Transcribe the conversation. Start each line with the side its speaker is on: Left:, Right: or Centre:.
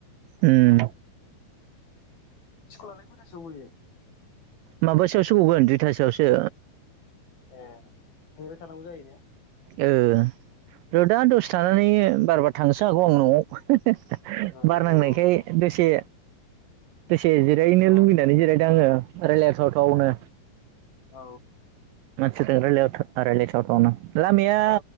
Right: उम।
Left: स्कुलाय खयथासोखव गयो?
Right: माबासोयावसो गगोन दुइथासोआवसो।
Left: ए नेबाय थानांगौ जायो ने?
Right: ओ र'दआ दसे थानानै बारा बा थांनोसो हागौ आं न'आव
Left: ओ
Right: बारनांनायखाय दसे दसे जिरायनो
Left: ओहो औ
Right: लुबैनानै जिरायदों आङो। रायलायथावथावनो
Left: ए औ
Right: मानसिफोरजों रायलायथाव' राय्लायथावथावनो। लामाया
Left: औ